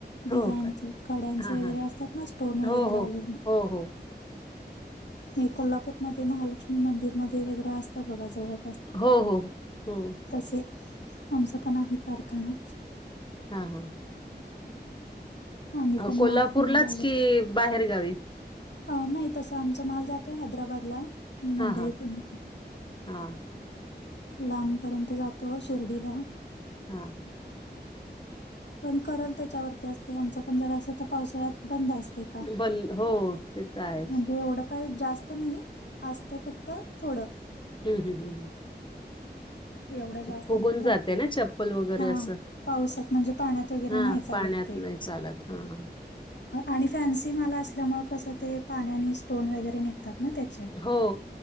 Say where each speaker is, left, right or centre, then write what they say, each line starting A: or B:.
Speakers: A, on the left (about 80°); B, on the left (about 25°).
A: डिझाईनचे
B: हो का?
A: कड्यांचे
B: हां
A: वगैरे
B: हां
A: असतात ना स्टोन वगैरे
B: हो
A: लावलेले
B: हो हो हो
A: म कोल्हापूरमध्येध्ये महालक्ष्मी मंदिरमध्येध्ये वेगरं असतात बघा जवळ
B: हो हो हो
A: तसे आमच पण आहे कारखाना
B: हा हा.
A: आम्ही
B: अ
A: पण
B: कोल्हापूरलाच
A: माल पुण्याला वगैरे
B: की बाहेरगावी.
A: अ नाही तस आमचा माल जातोय हैदराबादला. मुंबई,
B: हा हा
A: पुणे
B: हा.
A: लांबपर्यंत जातो शिर्डीला.
B: हा.
A: पण करल त्याच्यावरती असते आमच पण जरा असं तर पावसाळ्यात बंद असते.
B: बंद हो ते तर आहेच.
A: म्हणजे एढ. उपाय जास्त नाही असते फक्त थोडं.
B: हम् हम् हम हम.
A: ह. एवढं जास्त
B: फुगून
A: नाही कर
B: जाते ना चप्पल वगैरे
A: हा
B: असं
A: पावसात म्हणजे पाण्यात वगैरे
B: हां
A: नाही चालत
B: पाण्यात
A: ते.
B: नाही चालत हा हा.
A: आणि फॅन्सी माला असल्यामुळे कसं ते पाण्या स्टोन वगैरे निघतात ना त्या.
B: हो